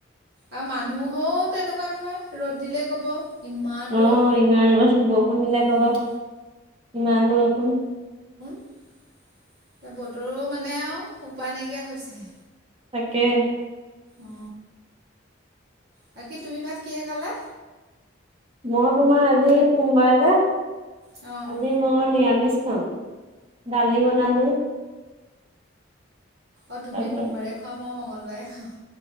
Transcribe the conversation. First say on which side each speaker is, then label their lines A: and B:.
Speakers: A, on the right; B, on the right.
A: আৰু মানুহ হ তেনেকুৱা নহয় ৰ'দ দিলে কব ইমান
B: অ
A: ৰ'দ
B: ইমান ৰ'দ কোনবিলাক
A: উম
B: কব ইমান বৰষুণ
A: এ বতৰো মানে আৰু উপায় নাইকিয়া হৈছে
B: তাকে
A: অ বাকী তুমি ভাত কিহে খালা
B: মই তোমাৰ আজি সোমবাৰ যে আজি
A: অঁ
B: মই নিৰামিষ অ দালি বনালো
A: অ তুমি
B: তাৰপিছত
A: সোমবাৰে খোৱা মই মংগলবাৰে বাই